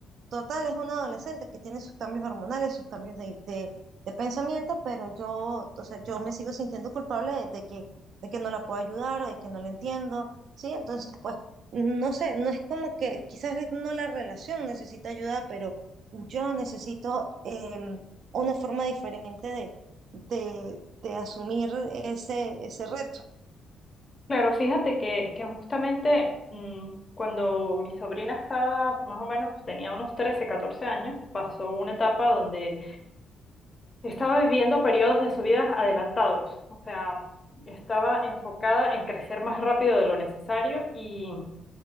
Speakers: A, on the right; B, on the left.
A: Total, es un adolescente que tiene sus cambios hormonales, sus cambios de, de- de pensamiento, pero yo, o sea, yo me sigo sintiendo culpable de, de que, de que no la puedo ayudar, de que no la entiendo, ¿sí? Entonces, pues, no sé, no es como que quizás es no la relación necesita ayuda, pero yo necesito em, una forma diferente de, de, de asumir ese, ese reto.
B: Claro, fíjate que, que justamente mm, cuando mi sobrina estaba más o menos, tenía unos 13, 14 años, pasó una etapa donde estaba viviendo periodos de su vida adelantados, o sea, estaba enfocada en crecer más rápido de lo necesario y